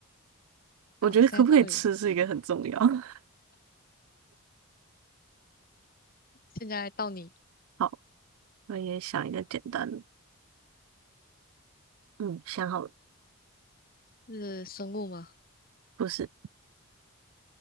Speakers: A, on the right (about 70°); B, on the left (about 40°).
A: <laughs>
B: 好，
A: 我觉得可不可以吃是一个很重要。
B: 现在到你，现在到你
A: <laughs> 好，我也想一个简单的，嗯，想好了，
B: 是生物吗？
A: 不是，